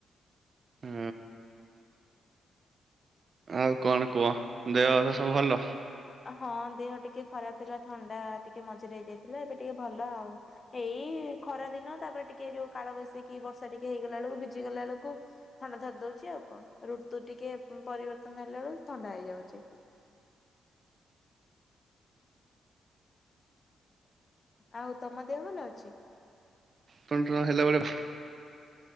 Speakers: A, on the right; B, on the left.
A: ହୁଁ। ଆଉ କଣ କୁହ, ଦେହ <inaudible> ସବୁ ଭଲ?
B: ହଁ ଦେହ ଟିକେ ଖରାପ ଥିଲା ଥଣ୍ଡା ଟିକେ ମଝିରେ ହେଇଯାଇଥିଲା ଏବେ ଟିକେ ଭଲ ଆଉ। ଏଇ ଖରା ଦିନ ତାପରେ ଟିକେ ଯୋଉ କାଳ ବୈଶାଖି ବର୍ଷା ଟିକେ ହେଇଗଲା ବେଳକୁ ଭିଜିିଗଲା ବେଳକୁ ଥଣ୍ଡା ଧରି ଦଉଛି ଆଉ। ଉ କଣ ଋତୁ ଟିକେ ପରିବର୍ତ୍ତନ ହେଲା ବେଳୁ ଥଣ୍ଡା ହେଇଯାଉଛି। ଆଉ ତମ ଦେହ ଭଲ ଅଛି?
A: ତଣ <inaudible> ହେଲା ବେଳେ